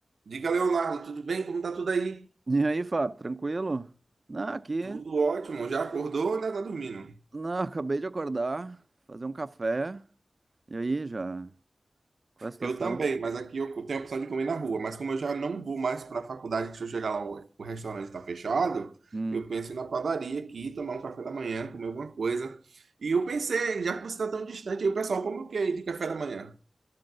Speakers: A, on the right (about 80°); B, on the right (about 35°).
A: Diga, Leonardo, tudo bem? Como tá tudo aí?
B: E aí, Fábio, tranquilo? Não, aqui.
A: Tudo ótimo. Já acordou ou ainda tá dormindo?
B: Não, <laughs> acabei de acordar, fazer um café. E aí, já? Qual é a situação?
A: Eu também, mas aqui eu tenho a opção de comer na rua. Mas como eu já não vou mais para a faculdade, que se eu chegar lá o, o restaurante está fechado,
B: Hum.
A: eu penso em ir na padaria aqui, tomar um café da manhã, comer alguma coisa. E eu pensei, já que você está tão distante, aí o pessoal come o quê de café da manhã?